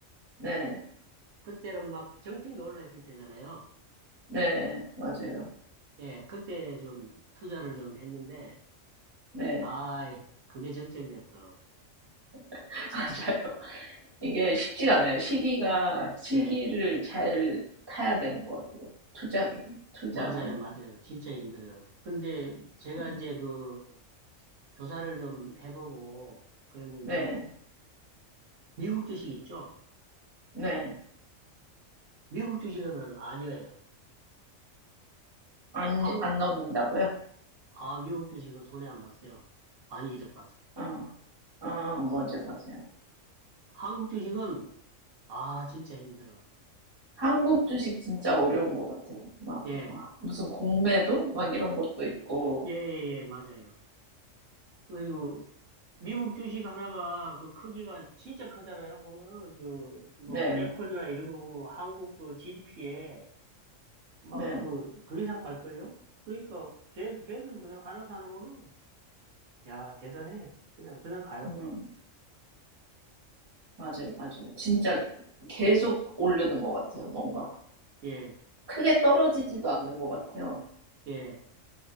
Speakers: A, on the right (about 20°); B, on the right (about 70°).
A: 네,
B: 그때는 막 정점이 올라 있을 때잖아요.
A: 네, 맞아요.
B: 예, 그때 좀 투자를 좀 했는데
A: 네,
B: 아이 그게 정점이었어.
A: <laughs> 맞아요. 이게 쉽지가 않아요. 시기가, 시기를
B: 예,
A: 잘 타야 되는 것 같아요. 투자기, 투자라는
B: 맞아요,
A: 게.
B: 맞아요. 진짜 힘들어요. 근데 제가
A: 음,
B: 이제 그 조사를 좀 해보고 그랬는데,
A: 네,
B: 미국 주식 있죠?
A: 네.
B: 미국 주식은 아니에요.
A: 안,
B: 한국,
A: 안 넣는다고요?
B: 아, 미국 주식은 손해 안 봤어요. 많이 이득 봤어요.
A: 어, 어, 맞아요, 맞아요.
B: 한국 주식은, 아, 진짜 힘들어.
A: 한국 주식 진짜 어려운 것 같아요. 막,
B: 예,
A: 막 무슨 공매도? 막 이런 것도 있고,
B: 예, 예, 예, 맞아요. 그리고 미국 주식 하나가 그 크기가 진짜 크잖아요. 보면은 그, 뭐,
A: 네.
B: 애플이나 이런 거 보면 한국 그 GDP에 막
A: 네.
B: 그, 그 이상 갈걸요? 그러니까 걔, 걔들 그냥 하나 사놓으면은, 야, 대단해. 그냥, 그냥 가요.
A: 음, 맞아요, 맞아요. 진짜 계속 오르는 것 같아요, 뭔가.
B: 예,
A: 크게 떨어지지도 않는 것 같아요.
B: 예.